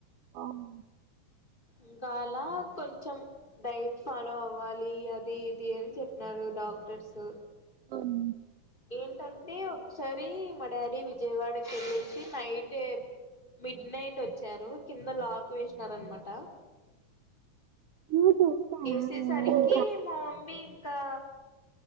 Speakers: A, on the right; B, on the left.
A: ఓహ్
B: ఇంక అలా కొంచెం డైట్ ఫాలో అవ్వాలి అది ఇది అని చెప్పినారు డాక్టర్సు
A: అవును
B: ఏంటంటే ఒకసారి మా డాడీ విజయవాడకి వెళ్ళేసి నైటే మిడ్ నైట్ వచ్చారు కింద లాక్ వేసినారనమాట
A: న్యూస్ చూసానా
B: వేసేసరికి
A: నేను
B: మా మమ్మీ ఇంకా